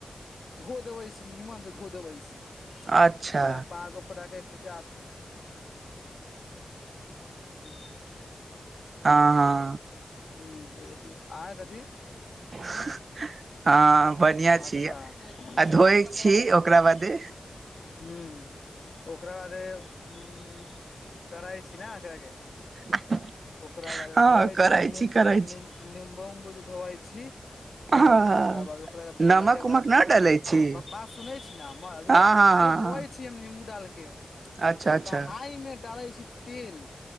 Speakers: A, on the left (about 65°); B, on the right (about 75°).
A: धो देबै सि नीम्मन से धो देबैसी
B: अच्छा
A: ओकरा बाद ओकरा के तय <unintelligible>
B: हँ हँ
A: हूं आय कथी
B: <inaudible> हँ बनियाॅं
A: अच्छा
B: छीये
A: जैसे
B: आ धोए
A: काम करने
B: छी
A: वाला कोनो
B: ओकरा
A: बना
B: बादे
A: हूं ओकरा बादे उन करइ छी न एकरा के
B: <inaudible>
A: ओकरा बादे
B: हँ
A: धोवइ
B: करै
A: छी निम्म
B: करै
A: -
B: छी
A: निम्म निम्बू - उम्बू जे धोवइ छी
B: हँ
A: ओकरा बाद ओकरा धोलाके
B: नमक
A: बाद
B: उमक नहि
A: क
B: डालै छी
A: बकबास सुनै छी न हम्मर अभी
B: हँ
A: - अभी
B: हँ
A: तऽ खाली धोवै
B: हँ
A: छी हम्म निम्बू डालके
B: अच्छा अच्छा
A: कहाई मे डाले छी तेल